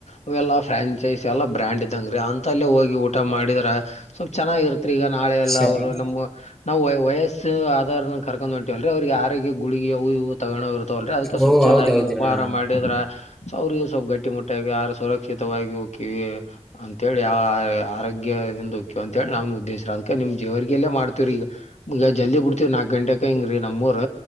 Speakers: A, on the left; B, in the centre.
A: ಅವೆಲ್ಲಾ ಫ್ರಾಂಚೈಸ್ ಎಲ್ಲ ಬ್ರ್ಯಾಂಡ್ ಇದಂಗ ರೀ ಅಂತ ತಲ್ಲೇ ಹೋಗಿ ಊಟ ಮಾಡಿದ್ರ ಸ್ವಲ್ಪ ಚೆನ್ನಾಗಿರ್ತ್ತರಿ ಈಗ ನಾಳೆ ಎಲ್ಲ
B: ಸರಿ
A: ಅವರು ನಮ್ ನಾವು ವಯಸ್ಸ ಆಧಾರ ನಗ್ ಕರ್ಕೊಂಡ್ ಹೊಂಟೀವಲ್ರಿ ಅವ್ರರಿಗೆ ಆರೋಗ್ಯ ಗುಳಿಗಿ ಅವು ಇವು ತಗೋನೋ ತೋಲ್ರಿ ಅದಕ್ಕ ಸ್ವಲ್ಪ
B: ಓ
A: ಚೆನ್ನಾಗಿ
B: ಹೌದೌದ್ರಾ
A: ಉಪಹಾರ ಮಾಡಿದ್ರ ಅವ್ರಗೂ ಸ್ವಲ್ಪ ಗಟ್ಟಿಮಟ್ಟಾಗಿ ಯಾರು ಸುರಕ್ಷಿತವಾಗಿ ಹೋಗಕಿವವಿ ಅಂತೇಳಿ ಯಾವ ಆರೋಗ್ಯದಿಂದಕ್ಯ ಅಂತೇಳಿ ನಮ್ ಉದ್ದೇಶ ಅದಕ ನಿಮ್ ಜೇವರಿಗೆಲ್ಲೇ ಮಾಡ್ತವ್ರ ಈಗ ಈಗ ಜಲ್ದಿ ಬಿಡ್ತೇವಿ ನಾಲ್ಕ ಗಂಟೆಗ್ ಹೆಂಗ್ರಿ ನಮ್ಮೂರ್